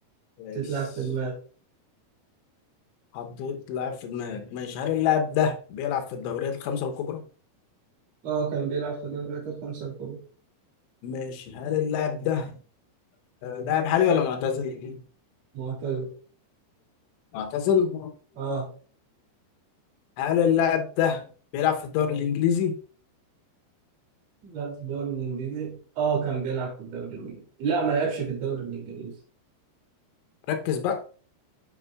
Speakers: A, on the left; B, on the right.
A: ماشي
B: تتلعب في المال
A: حطيت لاعب في دماغك ماشي هل اللاعب ده بيلعب في الدوريات الخمسة الكبرى؟
B: اه كان بيلعب في دوري الخمسة الكبرى
A: ماشي هل اللاعب ده آه، لاعب حالي ولا معتزل؟
B: معتزل
A: معتزل
B: اه
A: هل اللاعب ده بيلعب في الدوري الإنجليزي؟
B: لعب في الدوري الإنجليزي اه كان بيلعب في الدوري الإنجليزي لا ما لعبش في الدوري الإنجليزي
A: ركز بقى